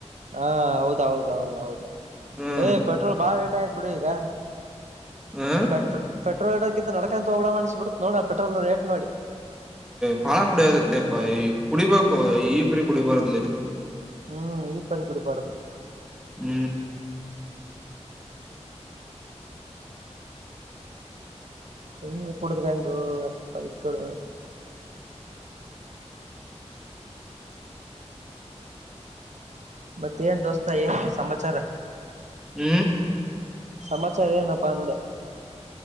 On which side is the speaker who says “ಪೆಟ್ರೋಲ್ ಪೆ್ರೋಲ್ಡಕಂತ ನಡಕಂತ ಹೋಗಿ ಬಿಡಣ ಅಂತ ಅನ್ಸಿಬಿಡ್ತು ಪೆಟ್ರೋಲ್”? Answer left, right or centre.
Right